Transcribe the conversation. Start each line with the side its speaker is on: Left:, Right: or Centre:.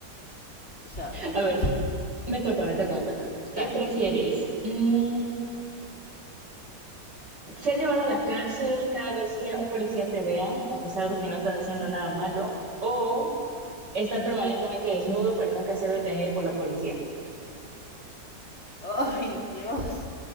Left: O sea, muy
Right: a
Left: tenso.
Right: ver, me toca, me toca, me toca.
Left: Dale.
Right: ¿Qué prefieres? Mm, ¿ser llevado a la cárcel cada vez que un policía te vea, a pesar de que no estás haciendo nada malo? ¿O estar permanentemente desnudo, pero nunca ser detenido por la policía?
Left: Ay, Dios.